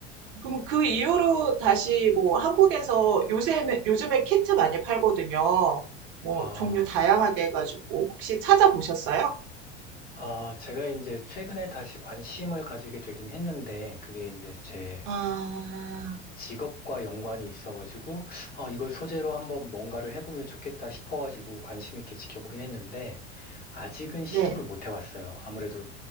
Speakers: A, on the right (about 50°); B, on the left (about 25°).
A: 그럼 그 이후로 다시 뭐 한국에서 요새 요즘에 키트 많이 팔거든요. 뭐
B: 아.
A: 종류 다양하게 해가지고 혹시 찾아보셨어요?
B: 아, 제가 이제 최근에 다시 관심을 가지게 되긴 했는데, 그게 이제 제
A: 아,
B: 직업과 연관이 있어가지고, 아, 이걸 소재로 한번 뭔가를 해보면 좋겠다 싶어가지고 관심 있게 지켜보긴 했는데, 아직은 시도를
A: 네,
B: 못 해봤어요. 아무래도